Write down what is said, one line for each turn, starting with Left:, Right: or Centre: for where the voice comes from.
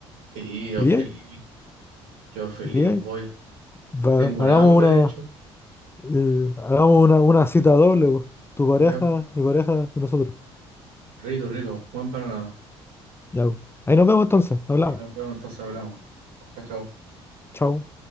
Right: Sí, yo
Left: ¿Iríais?
Right: feliz. Yo feliz
Left: ¿Iríais?
Right: voy.
Left: Va,
Right: Tengo
Left: hagamos
Right: un hambre,
Left: una,
Right: de hecho.
Left: eh, hagamos una, una cita doble, po. Tu pareja,
Right: Ya,
Left: mi pareja y nosotros.
Right: rico, rico. Buen panorama.
Left: Ya, po. Ahí nos vemos entonces, hablamos.
Right: Nos vemos, entonces hablamos. Chao, chao.
Left: Chao.